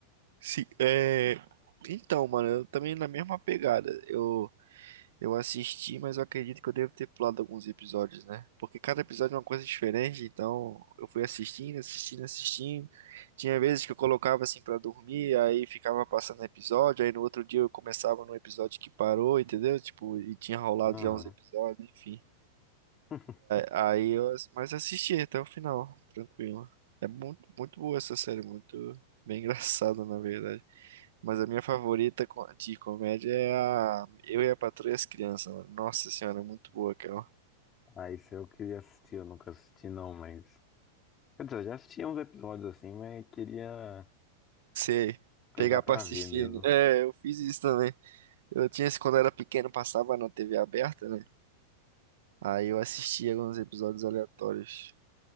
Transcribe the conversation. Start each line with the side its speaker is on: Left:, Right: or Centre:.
Right: Se, é... Então, mano, eu também na mesma pegada. Eu, eu assisti, mas eu acredito que eu devo ter pulado alguns episódios, né? Porque cada episódio é uma coisa diferente, então eu fui assistindo, assistindo, assistindo. Tinha vezes que eu colocava assim pra dormir, aí ficava passando episódio, aí no outro dia eu começava no episódio que parou, entendeu? Tipo, e tinha rolado
Left: Aham.
Right: já uns episódios, enfim.
Left: <laughs>
Right: Aí eu, ass- mas assisti até o final, tranquilo. É muito, muito boa essa série, muito bem <laughs> engraçada, na verdade. Mas a minha favorita co- de comédia é a Eu e a Patroa e as Crianças, mano. Nossa senhora, é muito boa aquela.
Left: Ah, isso eu queria assistir, eu nunca assisti não, mas. Quer dizer, eu já assisti uns episódios assim, mas queria
Right: Sei,
Left: pegar
Right: pegar pra
Left: pra
Right: assistir.
Left: ver mesmo.
Right: né? É, eu fiz isso também. Eu tinha esse quando eu era pequeno, passava na TV aberta, né? Aí eu assistia alguns episódios aleatórios.